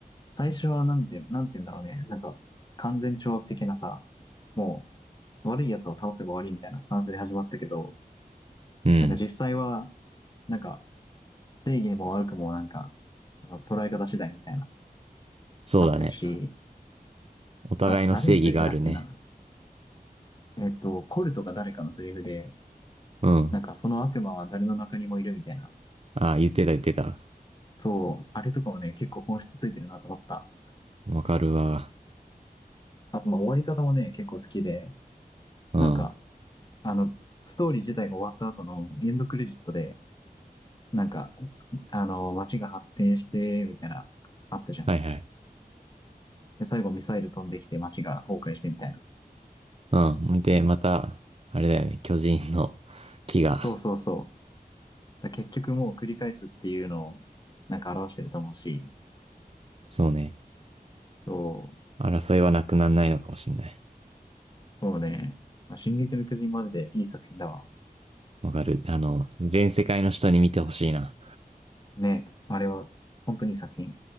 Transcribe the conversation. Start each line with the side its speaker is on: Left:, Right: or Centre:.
Left: 最初はなんて、なんて言うんだろうね。なんか、完全懲悪的なさ、もう、悪い奴を倒せば終わりみたいなスタンスで始まったけど、
Right: うん。
Left: なんか実際は、なんか正義も悪くもなんか、捉え方次第みたいな、
Right: そうだね。
Left: あったし、
Right: お互いの正義があるね。
Left: あと誰のセリフだっけな。えっと、コルとか誰かのセリフで、
Right: うん。
Left: なんかその悪魔は誰の中にもいるみたいな。
Right: ああ、言ってた言ってた。
Left: そう、あれとかもね、結構本質ついてるなと思った。
Right: わかるわ。
Left: あと、まあ終わり方もね、結構好きで、
Right: うん。
Left: なんか、
Right: は
Left: あの、ストーリー自体が終わった後のエンドクレジットで、なんか、あの、街が発展して、みたいな、あったじゃん。
Right: いはい。
Left: で、最後ミサイル飛んできて街が崩壊してみたいな。
Right: うん。で、また、あれだよね。巨人の木が。
Left: そうそうそう。だ結局もう繰り返すっていうのを、なんか表してると思うし、
Right: そうね。
Left: そう、
Right: 争いはなくならないのかもしれない。
Left: そうね。まあ進撃の巨人マジでいい作品だわ。
Right: わかる。あの、全世界の人に見てほしいな。
Left: ね、あれは、本当にいい作品。